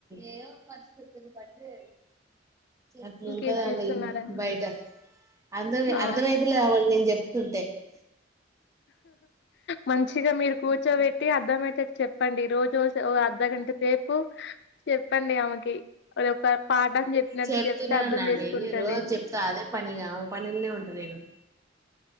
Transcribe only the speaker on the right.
ఏదో పరిస్థితులు బట్టి అట్లుంటదండి
బయట అ
అర్థమైత లేదు నేను చెప్ తుంటే
చెప్తూనే
ఉన్న అండి
రోజు చెప్త అదే పనిగా ఓ పని ఉంటాది నేను